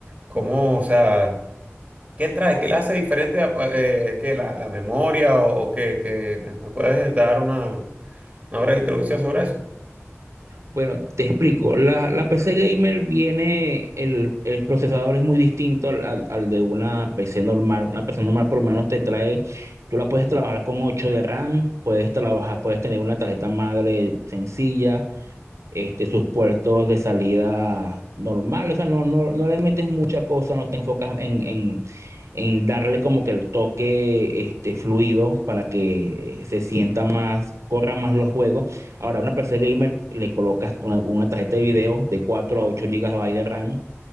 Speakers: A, on the right; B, on the right.
A: ¿cómo, o sea? ¿Qué trae? ¿Qué la hace diferente a, eh, qué, la, la memoria o, o qué? qué? ¿Me, me puedes dar una, una breve introducción sobre eso?
B: Bueno, te explico. La, la PC gamer viene, el, el procesador es muy distinto al, al- al de una PC normal. Una PC normal por lo menos te trae, tú la puedes trabajar con 8 de RAM, puedes trabajar, puedes tener una tarjeta madre sencilla, este, sus puertos de salida normales, o sea, no, no, no le metes mucha cosa, no te enfocas en, en, en darle como que el toque este, fluido para que eh, se sienta más, corra más los juegos. Ahora, a una PC gamer le colocas una, una tarjeta de video de 4 a 8 gigas de RAM,